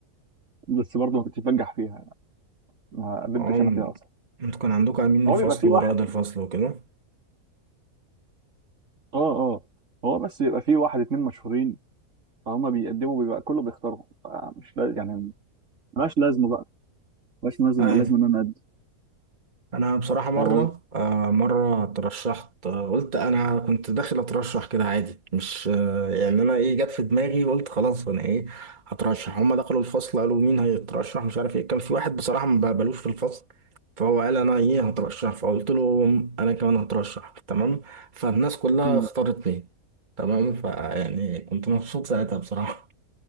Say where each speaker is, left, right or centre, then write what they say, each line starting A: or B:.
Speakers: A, on the right; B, on the right.
A: بس برضه ما كنتش بنجح فيها ما قدمتش
B: عم
A: انا فيها اصلا
B: انتوا كان عندكم امين
A: هو
B: الفصل
A: بيبقى في
B: ورائد
A: واحد
B: الفصل وكده
A: اه اه هو بس بيبقى في واحد اتنين مشهورين فهم بيقدموا بيبقى كله بيختارهم فمش لا يعني ملهاش لازمه بقى ملهاش لازمه
B: اي
A: لازم ان انا اقدم
B: انا بصراحه مره
A: فاهم قصدي؟
B: آه مره اترشحت آه قلت انا كنت داخل اترشح كده عادي مش آه يعني انا ايه جت في دماغي وقلت خلاص انا ايه هترشح هما دخلوا الفصل قالوا مين هيترشح مش عارف ايه كان في واحد بصراحه ما بقبلوش في الفصل فهو قال انا ايه هترشح فقلت له انا كمان هترشح تمام فالناس كلها
A: مم.
B: اختارتني تمام فيعني كنت مبسوط ساعتها بصراحه